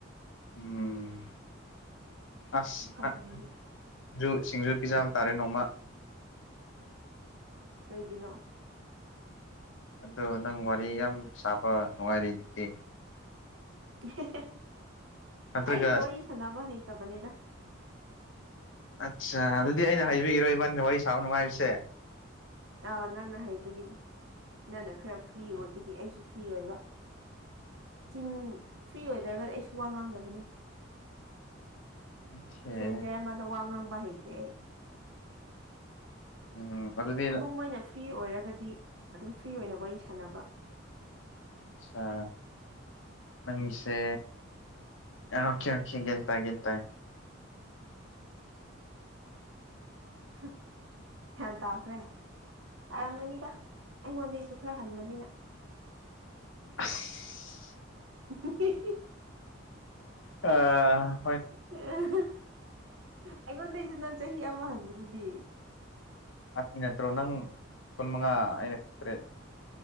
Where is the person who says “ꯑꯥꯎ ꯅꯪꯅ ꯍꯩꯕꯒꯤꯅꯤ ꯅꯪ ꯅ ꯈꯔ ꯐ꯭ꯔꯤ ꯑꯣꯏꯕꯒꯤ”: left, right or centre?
Right